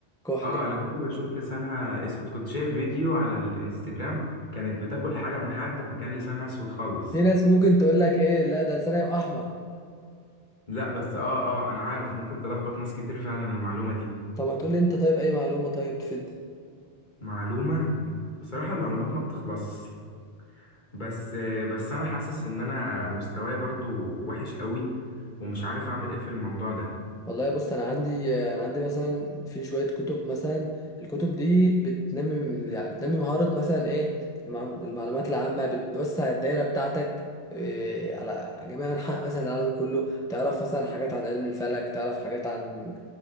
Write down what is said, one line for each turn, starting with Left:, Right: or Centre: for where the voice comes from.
Centre: كحل
Left: اه
Centre: كده
Left: انا كنت بشوف لسانها اسود كنت شايف فيديو على الانستجرام كانت بتاكل حاجه من حد فكان لسانها اسود خالص
Centre: في ناس ممكن تقول لك ايه لا ده لسانها يبقى احمر
Left: لا بس اه اه انا عارف ممكن تلخبط ناس كتير فعلا المعلومه دي
Centre: طب ما تقول لي انت طيب اي معلومه طيب تفيدني
Left: معلومه بصراحه المعلومات ما بتخلصش بس بس انا حاسس ان انا مستواي برضو وحش قوي ومش عارف اعمل ايه في الموضوع ده
Centre: والله بص انا عندي انا عندي مثلا في شويه كتب مثلا الكتب دي بتنمي من- يعني بتنمي مهاره مثلا ايه المع- المعلومات العامه بتوسع الدايره بتاعتك إيه على جميع انحاء مثلا العالم كله تعرف مثلا حاجات عن علم الفلك تعرف حاجات عن